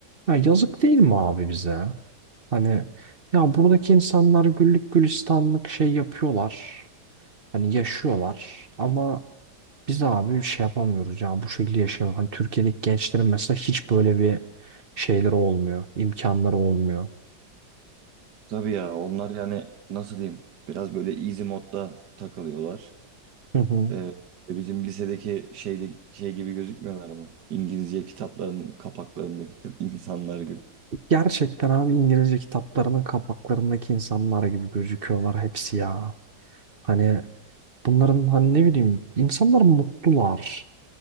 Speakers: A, on the right; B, on the right.
A: ya yazık değil mi abi bize? Hani ya buradaki insanlar güllük gülistanlık şey yapıyorlar. Hani yaşıyorlar ama biz abi şey yapamıyoruz ya bu şekilde yaşayamıyoruz. Hani Türkiye'deki gençlerin mesela hiç böyle bir şeyleri olmuyor, imkanları olmuyor.
B: Tabii ya onlar yani nasıl diyeyim biraz böyle easy modda takılıyorlar.
A: Hı hı.
B: Ee, e, bizim lisedeki şeyde şey gibi gözükmüyorlar mı? İngilizce kitapların kapaklarındaki kı- insanlar gibi.
A: Gerçekten abi İngilizce kitaplarının kapaklarındaki insanlar gibi gözüküyorlar hepsi ya. Hani bunların hani ne bileyim insanlar mutlular,